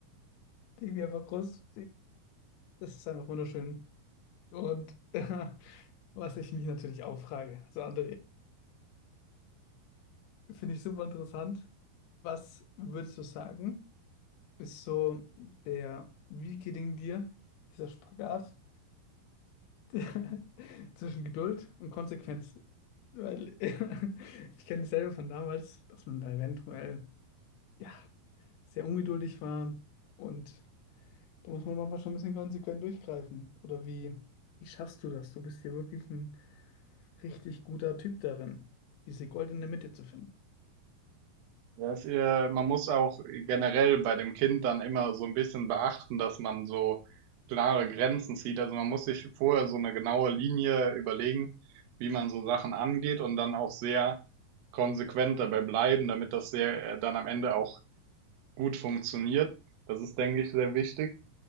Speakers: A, on the left; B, on the right.
A: Baby einfach groß, das ist einfach wunderschön. Und <laughs> äh, was ich mich natürlich auch frage, also André, finde ich super interessant. Was würdest du sagen, ist so der, wie gelingt dir dieser Spagat der, <laughs> zwischen Geduld und Konsequenz? Weil <laughs> ich kenne dasselbe von damals, dass man da eventuell ja, sehr ungeduldig war und da muss man manchmal schon ein bisschen konsequent durchgreifen. Oder wie, wie schaffst du das? Du bist hier wirklich ein richtig guter Typ darin, diese goldene Mitte zu finden.
B: Ja, es, äh, man muss auch generell bei dem Kind dann immer so ein bisschen beachten, dass man so klare Grenzen zieht. Also man muss sich vorher so eine genaue Linie überlegen, wie man so Sachen angeht und dann auch sehr konsequent dabei bleiben, damit das sehr, äh, dann am Ende auch gut funktioniert. Das ist, denke ich, sehr wichtig.